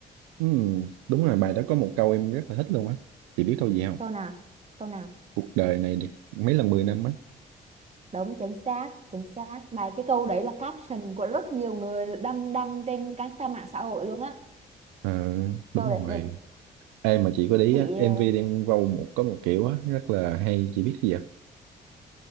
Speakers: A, on the right; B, on the right.
A: ừm, đúng rồi bài đó có một câu em rất là thích luôn á chị biết câu gì không
B: Câu nào? Câu nào?
A: cuộc đời này được mấy lần mười năm á
B: Đúng chính xác, chính xác. Mà cái câu đấy là caption của rất nhiều người đăng đăng trên các trang mạng xã hội luôn á.
A: Ờ, đúng
B: Câu đấy
A: rồi
B: là
A: em mà chị có để ý
B: chị
A: á MV Đen Vâu một có một kiểu á rất là hay chị biết gì vậy